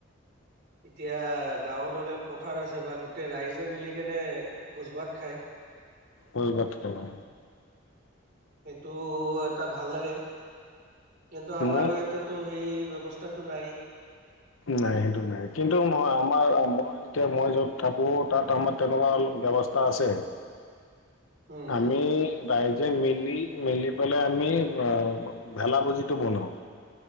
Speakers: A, on the right (about 55°); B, on the left (about 90°).
A: এতিয়া গাঁৱত হ'লে পথাৰ আছে বা গোটেই ৰাইজে মিলি কেনে ভোজ ভাত খায়
B: পৰিৱৰ্তন
A: সেইটো এটা ভাল লাগে কিন্তু আমাৰ
B: মোক
A: ইয়াতে তো সেই ব্যৱস্থাতটো নাই
B: নাই সেইটো নাই কিন্তু নহয় আমাৰ মই এতিয়া মই য'ত থাকো তাত আমাৰ তেনেকুৱাল ব্যৱস্থা আছে
A: <unintelligible> উম
B: আমি ৰাইজে মিলি মিলি পেলাই আমি অ ভেলা ভূজিটো বনাও